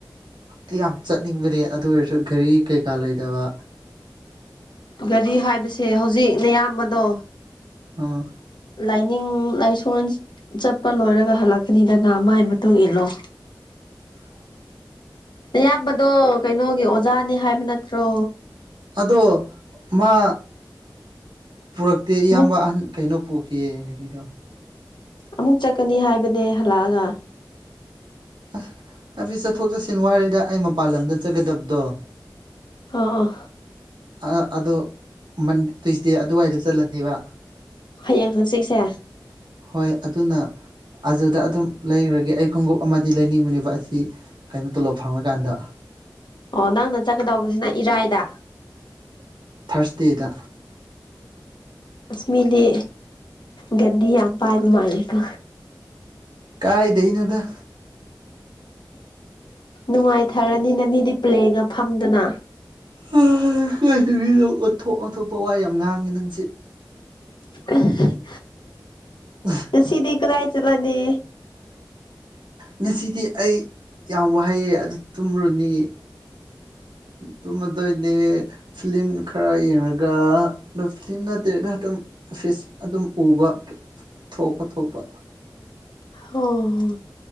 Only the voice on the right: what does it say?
ꯑꯩ ꯌꯥꯝ ꯆꯠꯅꯤꯡꯕꯅꯦ ꯑꯗꯨ ꯑꯣꯏꯔꯁꯨ ꯘꯔꯤ ꯀꯩꯀꯥ ꯂꯩꯇꯕ꯫
ꯑꯥ꯫
<inaudible>
ꯑꯗꯣ ꯃꯥ ꯄꯨꯔꯛꯇꯦ ꯏꯌꯥꯝꯕ
ꯑꯍꯟ ꯀꯩꯅꯣ ꯄꯨꯈꯤ ꯀꯤꯌꯦ ꯉꯁꯤꯗꯣ꯫
ꯑꯁ ꯍꯥꯏꯕꯗꯤ ꯆꯠꯊꯣꯛ ꯆꯠꯁꯤꯟ ꯋꯥꯌꯦꯗ ꯑꯩ ꯃꯄꯥꯟ ꯂꯝꯗ ꯆꯠꯀꯗꯕꯗꯣ꯫
ꯑ ꯑꯗꯨ ꯃꯟ ꯇꯨꯋꯁꯗꯦ ꯑꯗꯨꯋꯥꯏꯗ ꯆꯠꯂꯅꯤꯕ꯫
ꯍꯣꯏ ꯑꯗꯨꯅ ꯑꯗꯨꯗ ꯑꯗꯨꯝ ꯂꯩꯔꯨꯔꯒꯦ ꯑꯩ ꯈꯣꯡꯎꯞ ꯑꯃꯗꯤ ꯂꯩꯅꯤꯡꯕꯅꯤꯕ ꯑꯁꯤ ꯀꯩꯅꯣ ꯇꯣꯂꯣꯞ ꯐꯪꯂꯀꯥꯟꯗ꯫
ꯊ꯭ꯔꯁꯗꯦꯗ꯫
ꯀꯥꯏꯗꯩꯅꯣꯗ꯫
<unintelligible> ꯉꯁꯤꯗꯤ ꯅꯪ ꯑꯣꯊꯣꯞ ꯑꯊꯣꯞꯄ ꯋꯥ ꯌꯥꯝ ꯉꯥꯡꯉꯤ ꯅꯪꯁꯤ꯫
ꯎꯝ <unintelligible>
ꯉꯁꯤꯗꯤ ꯑꯩ ꯌꯥꯝ ꯋꯥꯍꯩꯌꯦ ꯑꯗꯨ ꯇꯨꯝꯃꯨꯔꯅꯤꯌꯦ꯫ ꯇꯨꯝꯃꯗꯣꯏꯅꯦ꯫ ꯐꯤꯂꯤꯝ ꯈꯔ ꯌꯦꯡꯉꯒ ꯑꯗꯣ ꯐꯤꯂꯤꯝ ꯅꯠꯇꯦꯗ ꯑꯗꯨꯝ ꯐꯤꯁ ꯑꯗꯨꯝ ꯎꯕ ꯊꯣꯛꯄ ꯊꯣꯛꯄ꯫